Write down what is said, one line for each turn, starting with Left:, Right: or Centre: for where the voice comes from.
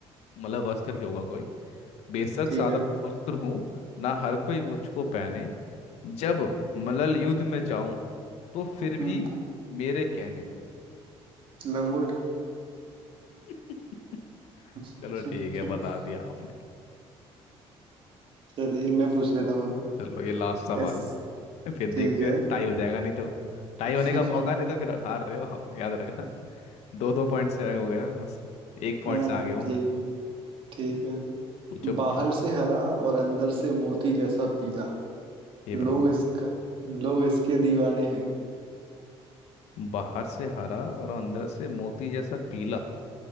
Left: मतलब वस्त्र ही होगा कोई बेशक
Right: ठीक
Left: साधारण
Right: है
Left: वस्त्र हूँ ना हर कोई मुझको पहने जब मलल युद्ध में जाऊं तो फिर भी
Right: हम्म
Left: मेरे कहने
Right: लंगोट
Left: <laughs>
Right: <laughs>
Left: चलो ठीक है बता दिया आपने
Right: चलिए मैं पूछ लेता हूँ अब
Left: चलो ये लास्ट सवाल
Right: यस
Left: है फिर देखते
Right: ठीक है
Left: हैं टाई हो जाएगा नहीं तो टाई
Right: <laughs>
Left: होने का मौका नहीं तो फिर हार रहे हो आप याद रखना <laughs> दो दो पॉइंट से आगे हो गया बस एक पॉइंट
Right: हाँ
Left: से आगे हूँ
Right: ठीक
Left: मैं
Right: ठीक है
Left: पूछो पूछो
Right: बाहर से हरा और अंदर से मोती जैसा पीला
Left: हे
Right: लोग
Left: प्रभु
Right: इसका लोग इसके दीवाने हैं
Left: बाहर से हरा और अंदर से मोती जैसा पीला